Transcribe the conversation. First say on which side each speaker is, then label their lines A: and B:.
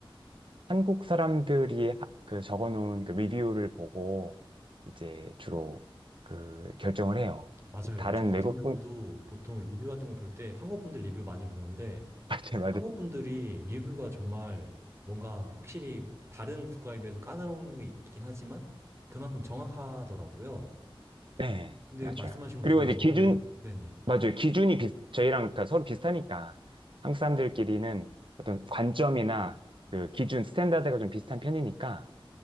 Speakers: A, on the right; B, on the right.
A: 한국 사람들이 하- 그 적어놓은 그 리뷰를 보고 이제 주로 그 결정을 해요.
B: 맞아요.
A: 다른
B: 저 같은
A: 외국
B: 경우도
A: 분,
B: 보통 리뷰 같은 거 볼 때 한국 분들 리뷰 많이 보는데
A: <laughs> 맞아요, 맞아요.
B: 한국 분들이 리뷰가 정말 뭔가 확실히 다른 국가에 비해서 까다로운 거 있긴 하지만 그만큼 정확하더라고요.
A: 네,
B: 근데
A: 맞아요.
B: 말씀하신 것
A: 그리고
B: 중에서
A: 이제 기준,
B: 네네.
A: 맞아요. 기준이 비, 저희랑 그러니까 서로 비슷하니까 한국 사람들끼리는 어떤 관점이나 그 기준, 스탠다드가 좀 비슷한 편이니까